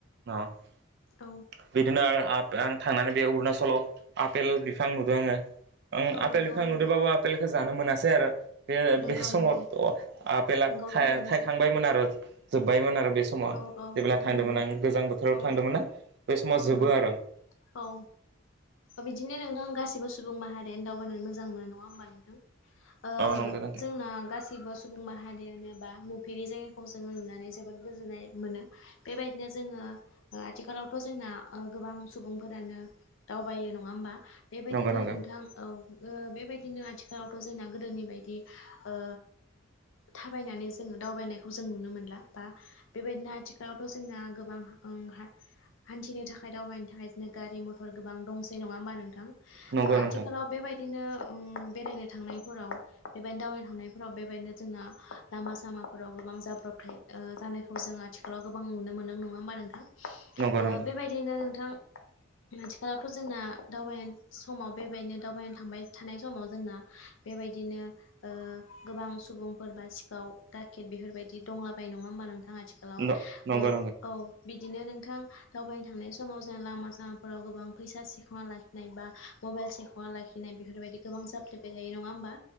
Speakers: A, on the right (about 55°); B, on the left (about 70°).
A: अ
B: औ
A: बिदिनो आरो आ आं थांनानै बे अरुणाचलाव आपेल बिफां नुदों आङो। ओं
B: औ
A: आपेल
B: नंगौ
A: बिफां
B: नंगौ
A: नुदोंबाबो आपेलखौ जानो मोनासै। आरो बे-बे
B: नंगौ
A: समाव
B: नंगौ
A: आपेला
B: नंगौ
A: थायखांबायमोन
B: थारैनो सैथो
A: आरो जोब्बायमोन आरो बे समाव
B: औ औ
A: जेब्ला
B: औ
A: थांदोंमोन
B: नंगौ
A: आं गोजां बोथ थांमोन
B: औ
A: ना बे समाव
B: औ
A: जोबो
B: नंगौ
A: आरो
B: औ बिदिनो नोंथां गासिबो सुबुं माहारियानो दावबायनानै मोज मोजां मोनो नङा हबा नोंथां ओ
A: नंगौ नोंथां
B: जोंना गासिबो सुबुं माहारियानो बा जेरै जायगाखौ जों नुनानै जोबोद गोजोननाय मोनो। बेबायदिनो जोङो आथिखालावथ' जोंना गोबां सुबुंफोरानो दावबायो नङा होमबा? बेबायदिनो
A: नंगौ नंगौ
B: नोंथां। औ बेबाय बिदिनो आथिखालावथ' जोंना गोदोनि बायदि ओ थाबायनानै जोङो दावबायनायखौ जों नुनो मोनला बा बेबायदिनो आथिखालावथ' जोंना गोबां ओं हा हान्थिनो थाखाय दावबायनो थाखाय जोंनो गारि-मथर गोबां दंसै नङा होमबा नोंथां?
A: नंगौ
B: ओ आथिखालाव
A: नोंथां
B: बेबायदिनो बेरायनो थांनायफोराव बेबायदिनो दावबायनो थांनायफोराव बे बेनो जोंना लामा - सामाफोराव गोबां जाब्रबथाय ओ जानायखौ जों आथिखालाव गोबां नुनो मोनदों। नङा होमबा नोंथां?
A: नंगौ नंगौ
B: बेबायदिनो नोंथां
A: <inaudible>
B: आथिखालावथ' जोंना दावबायनाय समाव बेबायदिनो दावबायनो थांबाय थानाय समाव जोंना बेय बेबायदिनो ओ गोबां सुबुंफोर बा सिखाव दाकेट बेफोरबायदि दंलाबाय नङा नङा होमबा नोंथां? आथिखालाव
A: नंगौ नंगौ
B: ओ औ बिदिनो नोंथां दावबायनो थांनाय समाव जों लामा- सामाफोराव गोबां फैसा सिखांना लाखिनाय, बा मबाइल सेखना लाखिनाय बेफोरबायदि गोबां जाफ्लेबाय थायो नङा होमबा?